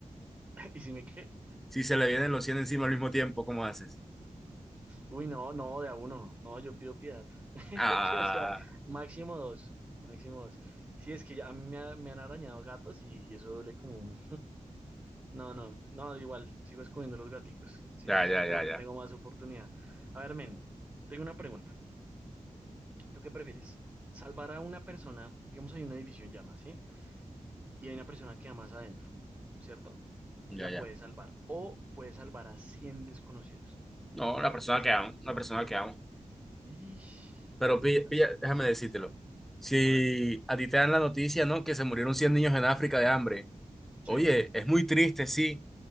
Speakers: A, on the right (about 20°); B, in the centre.
A: <laughs> ¿Y si me qué?
B: si se le vienen los cien encima al mismo tiempo, ¿cómo haces?
A: Uy, no, no, de a uno. No, yo pido piedad. <laughs>
B: Ah,
A: Que decía, máximo dos, máximo dos. Sí, es que ya a mí me, ha- me han arañado gatos y, y eso duele como un... No, no, no, igual, sigo escogiendo los gaticos. Sí,
B: ya,
A: sí,
B: ya,
A: sí, tengo,
B: ya, ya,
A: tengo más oportunidad. A ver, men, tengo una pregunta. ¿Tú qué prefieres? Salvar a una persona, digamos, hay un edificio en llamas, ¿sí? Y hay una persona que más adentro, ¿cierto? Entonces
B: ya,
A: la
B: ya.
A: puedes salvar. O puedes salvar a 100 desconocidos.
B: No,
A: ¿Qué
B: la
A: prefieres?
B: persona que amo, la persona que amo.
A: Y...
B: Pero pilla,
A: Bueno,
B: pilla,
A: sí,
B: déjame
A: sí,
B: decírtelo.
A: sí, sí.
B: Si
A: A ver.
B: a ti te dan la noticia, ¿no? Que se murieron 100 niños en África de hambre. Oye,
A: Sí.
B: es muy triste, sí,